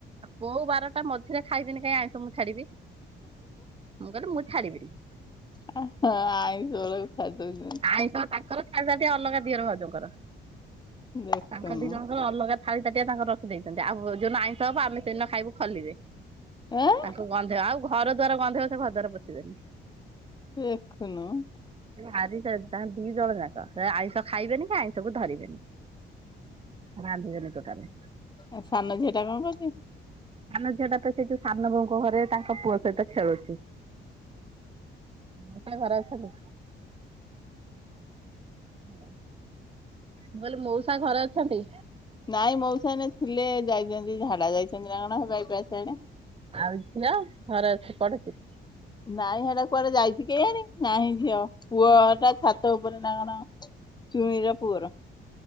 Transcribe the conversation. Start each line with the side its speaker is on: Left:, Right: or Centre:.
Right: କୋଉ ବାରଟା ମଝିରେ ଖାଇବିନି କାଇଁ ଆଇଁଷ ମୁଁ ଛାଡିବି ମୁଁ କହିଲି ମୁଁ ଛାଡିବିନି।
Left: ହଁ ଆଇଁଷ ବେଳକୁ ଛାଡ଼ି ଦେଉଛନ୍ତି।
Right: ଆଇଁଷ ତାଙ୍କର ଛାଡ଼ି ନାଆତୀ ଅଲଗା ଦିଅର ଭାଉଜଙ୍କର
Left: ଦେଖୁନୁ
Right: ତାଙ୍କ ଦିଇ ଜଣକର। ତାଙ୍କର ଅଲଗା ଥାଳି ତାଟିଆ ତାଙ୍କର ରଖି ଦେଇଛନ୍ତି ଆଉ ଯୋଉନ ଆଇଁଷ ହବ ଆମେ ସେଦିନ ଖାଇବୁ ଖଲିରେ।
Left: ଏଁ
Right: ତାଙ୍କୁ ଗନ୍ଧେଇବ ଆଉ ଘର ଦ୍ଵାର ଗନ୍ଧେଇବ ସେ ଘର ଦ୍ୱାର ପୋଛିିବେନି।
Left: ଲେଖୁନୁ
Right: ଭାରି ସେ ତାଙ୍କ ଦି ଜଣ ଯାକ ସେ ଆଇଁଷ ଖାଇବେନି କି ଆଇଁଷ କୁ ଧରିବେନି। ରାନ୍ଧିବେନି ଟୋଟାଲୀ।
Left: ଆଉ ସାନ ଝିଅ ଟା କଣ କରୁଚି।
Right: ସାନ ଝିଅ ଟା ତ ସେ ଯୋଉ ସାନବୋହୁଙ୍କ ଘରେ ତାଙ୍କ ପୁଅ ସହିତ ଖେଳୁଛି। ମୋଉସା ଘରେ ଅଛନ୍ତି। ମୁଁ କହିଲି ମୋଉସା ଘରେ ଅଛନ୍ତି।
Left: ନାଇଁ ମୋଉସା ଏଇନେ ଥିଲେ ଯାଇଚନ୍ତି ଝାଡା ଯାଇଛନ୍ତି ନା କଣ ବାଇ ପାସ୍ ପାଇଁ ଙ୍କା।
Right: ଆଉ ଝିଅ ଘରେ ଅଛି ପଢୁଛି।
Left: ନାଇଁ ହେଟା କୁଆଡେ ଯାଇଛି କେହିଆଣି ନାହିଁ ଝିଅ ପୁଅ ଟା ଛାତ୍ ଛାତଉପରେ ନା କଣ ଚୁଇଁର ପୁଅର।